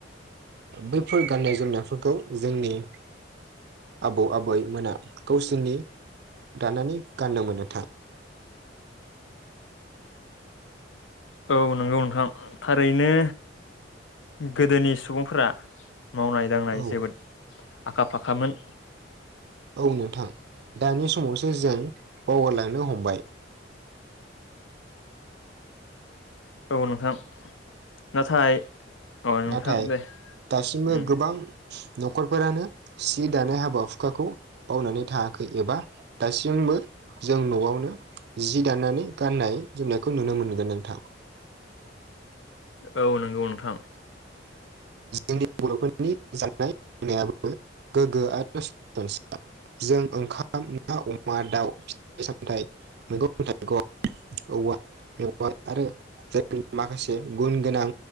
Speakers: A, on the right (about 60°); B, on the left (about 80°).
A: बैफोर गान्नाय जोमनायफोरखौ जोंनि आबौ आबैमोना गावसोरनि दानानै गाननो मोनो था
B: औ नंगौ नोंथां थारैनो। गोदोनि सुबुंफोरा मावनाय दांनाय
A: औ
B: जोबोद आखा फाखामोन
A: औ नोंथां दानि समावसो जों बावगारलांनो हमबाय।
B: औ नोंथां, नाथाय अ नोंथां
A: नाथाय
B: दे
A: दासिमबो
B: उम
A: गोबां न'खरफोरानो सि दानाय हाबा हुखाखौ बावनानै थायाखै एबा दासिमबो जों न'आवनो जि दानानै गाननाय जोमनायखौ नुनो मोनगोन नोंथां।
B: औ नंगौ नोंथां।
A: जोंनि बर'फोरनि जानाय लोंनायाबो गोग्गो आरो <unintelligible> जों ओंखाम ना अमा दाउ फिथ <unintelligible> सामथाय मैगं थाइगं औवा मेवाय आरो जाय माखासे गुन गोनां